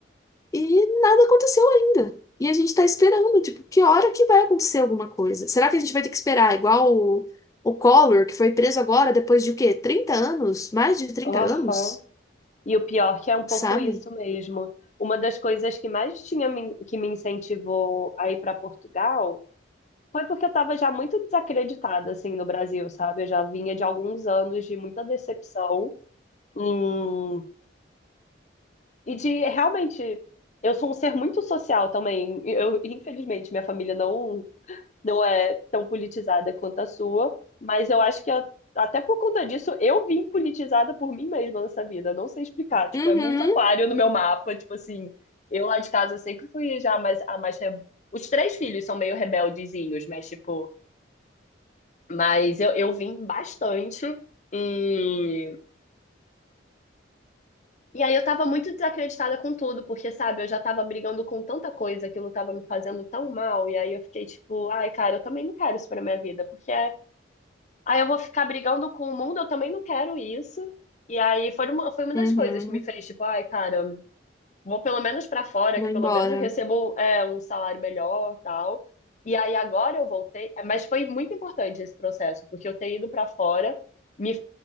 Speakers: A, on the left; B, on the left.
A: e nada aconteceu ainda. E a gente tá esperando, tipo, que hora que vai acontecer alguma coisa? Será que a gente vai ter que esperar igual o, o Collor, que foi preso agora depois de o quê? trinta anos? Mais de trinta
B: aham.
A: anos?
B: E o pior que é um pouco
A: Sabe?
B: isso mesmo. Uma das coisas que mais tinha me, que me incentivou a ir para Portugal Foi porque eu tava já muito desacreditada, assim, no Brasil, sabe? Eu já vinha de alguns anos de muita decepção. hum, e de realmente, eu sou um ser muito social também. Eu, infelizmente, minha família não, não é tão politizada quanto a sua, mas eu acho que a- até por conta disso, eu vim politizada por mim mesma nessa vida. Não sei explicar. Tipo,
A: Uhum,
B: é muito aquário no meu mapa. Tipo assim, eu lá de casa sempre fui já mais, a mais. rebe- Os três filhos são meio rebeldezinhos, mas, tipo. Mas eu, eu vim bastante. E, e aí eu tava muito desacreditada com tudo, porque, sabe, eu já tava brigando com tanta coisa, aquilo tava me fazendo tão mal. E aí eu fiquei tipo, ai, cara, eu também não quero isso pra minha vida, porque aí eu vou ficar brigando com o mundo, eu também não quero isso. E aí foi uma, foi uma das
A: uhum.
B: coisas que me fez, tipo, ai, cara, vou pelo menos para fora,
A: Vou
B: que
A: embora.
B: pelo menos eu recebo é, um salário melhor, tal. E aí agora eu voltei, é, mas foi muito importante esse processo, porque eu ter ido para fora, me